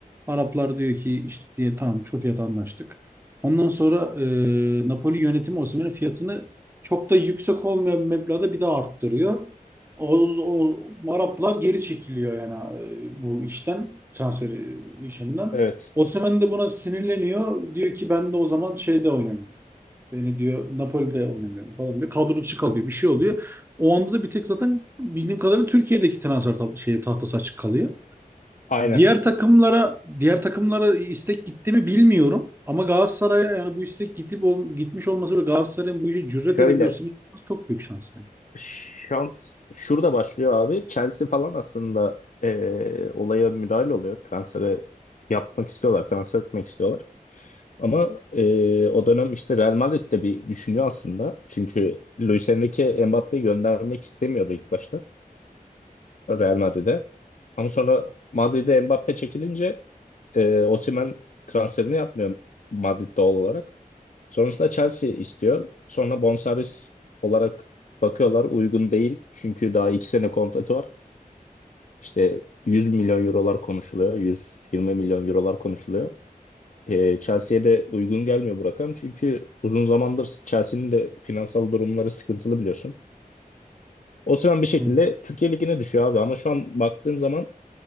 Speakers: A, on the right; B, on the left.
A: Araplar diyor ki işte diye, tamam şu fiyata anlaştık. Ondan sonra e, Napoli yönetimi Osimhen'in fiyatını çok da yüksek olmayan bir meblağda bir daha arttırıyor. O, o Araplar geri çekiliyor yani e, bu işten transfer e, işinden.
B: Evet.
A: Osimhen de buna sinirleniyor. Diyor ki ben de o zaman şeyde oynamıyorum. Beni diyor Napoli'de oynamıyorum falan diyor. Kadro dışı kalıyor. Bir şey oluyor. O anda da bir tek zaten bildiğim kadarıyla Türkiye'deki transfer tab- şey, tahtası açık kalıyor.
B: Aynen.
A: Diğer takımlara diğer takımlara istek gitti mi bilmiyorum. Ama Galatasaray'a yani bu istek gitip ol- gitmiş olması ve Galatasaray'ın bu işe cüret
B: Şöyle
A: edip Osimhen'i alması çok büyük şans yani.
B: şans şurada başlıyor abi. Chelsea falan aslında eee, olaya müdahale oluyor. Transferi yapmak istiyorlar. Transfer etmek istiyorlar. Ama eee, o dönem işte Real Madrid de bir düşünüyor aslında. Çünkü Luis Enrique Mbappe'yi göndermek istemiyordu ilk başta Real Madrid'e. Ama sonra Madrid'e Mbappe çekilince e, Osimhen transferini yapmıyor Madrid doğal olarak. Sonrasında Chelsea istiyor. Sonra bonservis olarak bakıyorlar uygun değil. Çünkü daha iki sene kontratı var. İşte 100 milyon eurolar konuşuluyor. 120 milyon eurolar konuşuluyor. Ee, Chelsea'ye de uygun gelmiyor bu rakam. Çünkü uzun zamandır Chelsea'nin de finansal durumları sıkıntılı biliyorsun. Osimhen bir şekilde
A: Hı.
B: Türkiye Ligi'ne düşüyor abi. Ama şu an baktığın zaman